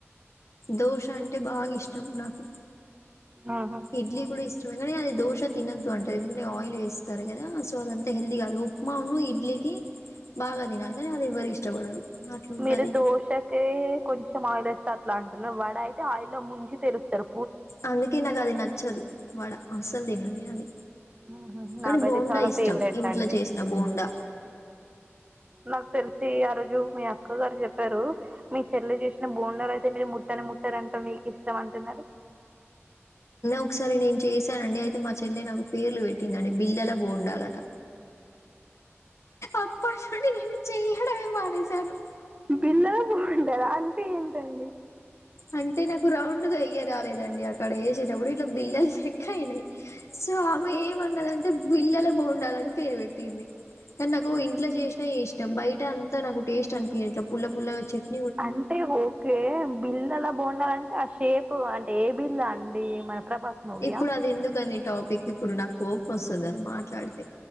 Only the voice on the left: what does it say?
దోశ అంటే బాగా ఇష్టం నాకు
ఇడ్లీ కూడా ఇష్టం అది దోశ తినద్దు అంటారుంది ఎందుకంటే ఆయిల్ వేస్తారు కదా సో అదంత హల్ది గాదు ఉప్మా ఉన్ను ఇడ్లీ బాగా తినాలి కాని అది ఎవ్వరు ఇష్టపడరు అట్లుంటది
అందుకే నాకు అది నచ్చదు వడ అసలు తినను దనినీ
కానీ
బోండా
ఇష్టం
ఇంట్లో
చేసిన బోండా
ఒకసారి నేను చేసానండి అయితే మా చెల్లి నాకు పేర్లు పెట్టిందిండి బిల్లలా బోండాలంట అప్పటి నుండి నేను చెయ్యడమే మానేసాను
అంటే నాకు రౌండ్ గా ఎయ్య రాలేదండి అక్కడ ఏసేటప్పుడు ఇట్లా బిల్లలు అయినాయి సో ఆమె ఏమన్నదంటే బిళ్ళల బొండాలని పేరు పెట్టింది కానీ నాకు ఇంట్లో చేసినాయి ఇష్టం బయట అంతా నాకు టేస్ట్ అనిపియాట్లే పుల్ల పుల్లగా చేదు
ఇప్పుడు అది ఎందుకు అని టాపిక్ ఇప్పుడు నా కోపం ఓస్తాది అది మాట్లాడితే